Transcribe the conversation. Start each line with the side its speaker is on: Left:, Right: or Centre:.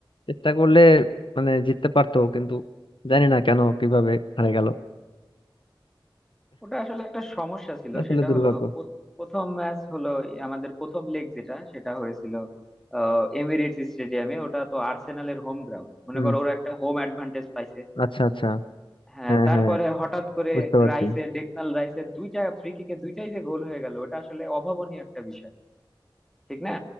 Left: চেষ্টা করলে মানে জিততে পারতো কিন্তু জানি না কেন কিভাবে হারে গেল
Centre: ওটা আসলে একটা সমস্যা ছিল
Left: আসলে
Centre: সেটা
Left: দুর্ভাগ্য
Centre: হলো পো- প্রথম ম্যাচ হলো এই আমাদের প্রথম লেগ যেটা সেটা হয়েছিল আহ, এমিরেটস স্টেডিয়ামে ওটা তো আর্সেনালের হোম গ্রাউন্ড মনে
Left: হুম
Centre: করো ওরা একটা হোম অ্যাডভান্টেজ পাইছে
Left: আচ্ছা আচ্ছা
Centre: হ্যাঁ
Left: হ্যাঁ
Centre: তারপরে
Left: হ্যাঁ
Centre: হঠাৎ করে
Left: বুঝতে পারছি
Centre: রাইসের ডেকনাল রাইসের দুইটা ফ্রি কিকে দুইটাই যে গোল হয়ে গেল ওটা আসলে অভাবনীয় একটা বিষয় ঠিক না